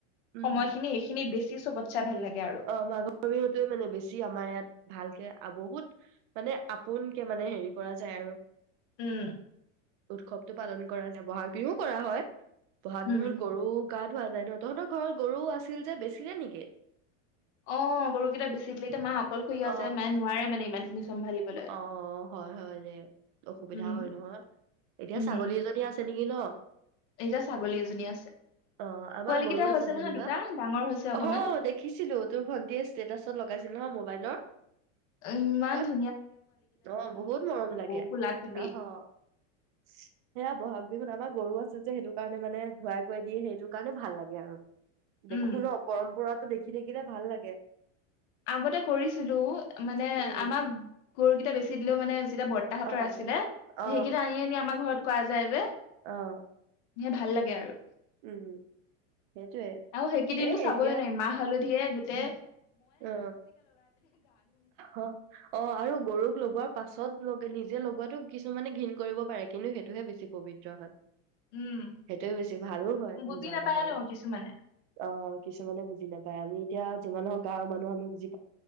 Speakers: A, on the right; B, on the left.
A: উম
B: সময়খিনি এইখিনিত বেছি চবতসে্ ভাল লাগে। আৰু
A: অ মাঘৰ বিহুতয়ে মানে বেছি আমাৰ ইয়াত। ভালকে, বহুত মানে আপোন কে, মানে হেৰি কৰা যায় আৰু।
B: উম
A: উৎসৱটো পালন কৰা যায়। বহাগ বিহু কৰা হয়! বহাগ
B: উম
A: বিহুত গৰু গা ধুৱোৱা যায়। তহঁতৰ ঘৰত গৰুও আছিল যে, বেচিলে নেকি?
B: অ গৰুকেইটা বেছি দিলে। এতিয়া মা অকলশৰীয়া
A: অ
B: যে, মায়ে নোৱাৰে মানে ইমান খিনি চম্ভালিবলৈ
A: অ হয়-হয় দে! অসুবিধা
B: উম
A: হয় নহয়। এতিয়া
B: উম
A: ছাগলী এজনী আছে চে নেকি ন?
B: এতিয়া ছাগলী এজনী আছে
A: অঁ। আমাৰ
B: পোৱালি
A: গৰু
B: কেইটা
A: আছে
B: হৈছে নহয়
A: যেনিবা।
B: দুটা ডাঙৰ হৈছে অকমান
A: অঁহহ দেখিছিলো, তোৰ ভন্টিয়ে ষ্টেটাচত লগাইছিল। নহয় মোবাইলত।
B: ই ইমান ধু
A: অ'বহুত মৰম লাগে।
B: কোলাত তুলি
A: অঁহ! সেয়া বহাগ বিহুত, আমাৰ গৰু আছে। টোযে সেইটো কাৰণো মানে ধুৱাই ধোৱাই দিয়ে। সেইটো কাৰণে ভাল লাগে আৰু। দেখো
B: উম
A: ন, পৰম্পৰাত টো দেখি থাকিলে, ভাল লাগে।
B: আগতে কৰিছিলো মানে
A: উম
B: আমাক গুৰকেইটা বেচি দিলেও মানে যেতিয়া বৰ্তাহতৰ
A: অ
B: আছিলে
A: অ
B: সেইকেইটা আনি আনি আমাৰ ঘৰত কোৱা যায় যে
A: অ
B: মোৰ ভাল লাগে আৰু
A: উম সেইটোয়ে
B: আৰু সেইকেইদিনো
A: এ
B: চাবই
A: এতিয়া
B: নাইি মাহ হলে দিয়ে গোতে
A: অ অ অ আৰু গৰুক লগোৱাৰ পাছত লগে নিজ যে লগোৱাাতটো কিছুমানে ঘৃণ কৰিব পাৰে কিন্তু সেইটোহে বেছি পবিত্ৰ হয়
B: উম
A: সেইটোয়ে বেছি ভালো হয়
B: বুজি
A: নিজৰ
B: নাপায়
A: কাৰণে
B: ন কিছুমানে
A: অ কিছুমানে বুজি নাপায় আমি এতিয়া যিমান হওক তাৰ মানে আমি যি।